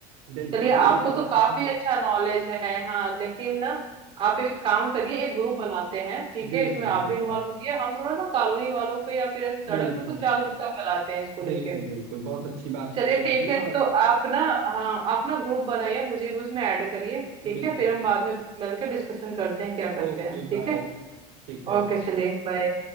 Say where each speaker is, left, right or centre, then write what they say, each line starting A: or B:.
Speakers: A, on the right; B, on the right.
A: बिल्कुल
B: चलिए आपको
A: चलिए बड़ा
B: तो
A: अच्छा
B: काफी अच्छा नॉलेज है हाँ लेकिन ना आप एक काम करिए एक ग्रुप बनाते हैं ठीक
A: बिल्कुल
B: है इसमें आप
A: बिल्कुल
B: भी इन्वॉल्व होइए हम थोड़ा ना कॉलोनी वालों को या फिर ऐसे सड़क
A: बिल्कुल
B: पे कुछ जागरूकता फैलाते हैं इसको लेके
A: बिल्कुल बिल्कुल बहुत अच्छी बात
B: चलिए
A: कही
B: ठीक
A: आपने
B: है
A: और
B: तो आप ना हाँ आप ना ग्रुप बनाइए मुझे भी उसमें ऐड करिए ठीक
A: बिल्कुल
B: है फिर
A: बिल्कुल।
B: हम बाद में मिलकर डिस्कशन करते हैं क्या करते
A: Okay
B: हैं
A: bye
B: ठीक है
A: ठीक है
B: ओके चलिए बाय